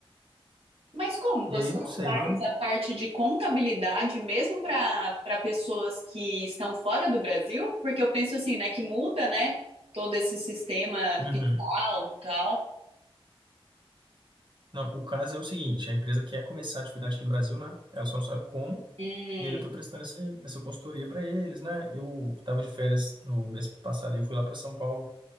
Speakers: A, on the right (about 85°); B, on the right (about 55°).
A: Mas como
B: E
A: você
B: aí não sei,
A: faz
B: viu?
A: a parte de contabilidade mesmo para para pessoas que estão fora do Brasil? Porque eu penso assim, né, que muda, né, todo esse sistema
B: Uhum.
A: fiscal, tal.
B: Não, o caso é o seguinte: a empresa quer começar a atividade aqui no Brasil, né? Ela só não sabe como.
A: Hum.
B: E aí eu tô prestando esse, essa consultoria para eles, né? Eu tava de férias no mês passado e eu fui lá para São Paulo